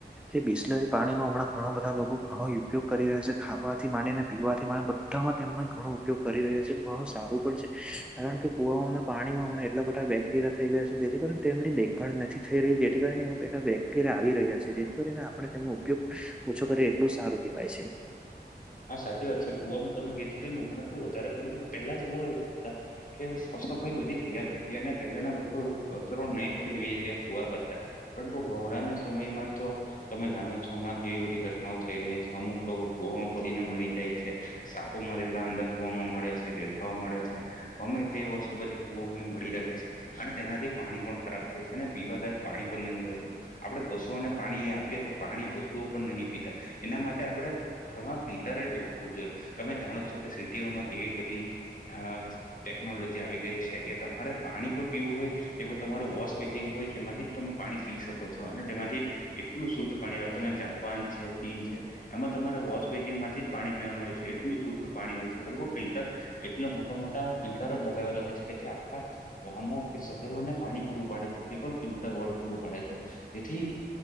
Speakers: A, in the centre; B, on the left.
A: એ બિસ્લેરી પાણીનો હમણાં ઘણા બધા લોકો ઘણો ઉપયોગ કરી રહ્યા છે ખાવાથી માની ને પીવાથી માં બધામાં તેમનો ઘણો ઉપયોગ કરી રહ્યા છે ઘણું સારું પણ છે. કારણ કે કુવાના પાણીમાં હમણા એટલા બધા બેક્ટેરિયા થઈ ગયા છે જેથી તેમને દેખ પણ નથી થઈ રહી જેથી કરીનેે બેક્ટેરિયા આવી રહ્યા છે જેથી કરીને આપણે તેમનો ઉપયોગ ઓછો કરીએ એટલું સારું કહેવાય છે.
B: હા સાચી વાત છે કુવામાં તમે કીધું તેમ હમણાં તો વધારે પડતું પેલા કુવા એવા હતા કે સાફ સફાઈ બધી થયા કરતી અને પહેલાના લોકો કચરો નહી પડે એવી જગ્યા કુવા કરતા પરંતુ હમળાના સમયમાં તો તમે જાણો છો હમણાં કેવી બધી ઘટનાઓ થઈ રહી છે અમુક લોકો કુંદીને મરી જાય છે, સાપો મરેલા અંદર કુવામાં મળે છે, દેડકાઓ મળે છે. ગમે તે વસ્તુ બધી કુ મળી રહે છે અને તેનાથી પાણી પણ ખરાબ થાય છે અને પીવાલાયક પાણી પણ નહી રહેતું આપણેે પશુઓને પાણી આપીએ તો પાણી પશુઓ પણ નહીં પિતા એના માટે આપણે ઘરમાં ફિલ્ટરે નાખવું જોઈએ તમે જાણો છો કે સીટીઓમાં કેવી બધી આ ટેકનોલોજી આવી ગઈ છે કે તમારે પાણી પણ પીવું હોય તે તમારું વોશ બેજિંગ હોય તેમાંથી તમે પાણી પી શકો છો અને તેમાંથી એટલું શુદ્ધ પાણી આવે ત જાપાન છે ચીન છે એમાં તમારે વોશ બેસિનમાંથી પાણી પીવાનું હોય છે એટલ શુદ્ધ પાણી હોય છે એ લોકો ફિલ્ટર એટલા મોટા મોટા ફિલ્ટર જ લગાવેલા હોય છે કે તે આખા ગામો કે શહેરોને પાણી પૂરું પાડે છે તે પણ ફિલ્ટર વોર્ડ પૂરું પાડે છે જેથી